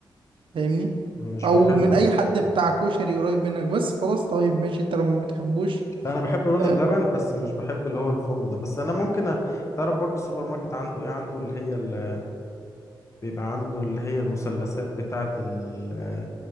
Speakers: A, on the right (about 80°); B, on the left (about 35°).
A: فاهمني
B: مش
A: او
B: بحبه
A: من
B: ده
A: اي حد بتاع كشري قريب منك بس خلاص طيب ماشي انت لو ما بتحبوش
B: لا انا بحب الرز
A: اه
B: بلبن بس مش بحب اللي هو الفرن ده بس انا ممكن أ... تعرف برضو السوبر ماركت عنده ايه عنده اللي هي ال... بيبقى عنده اللي هي المثلثات بتاعه ال...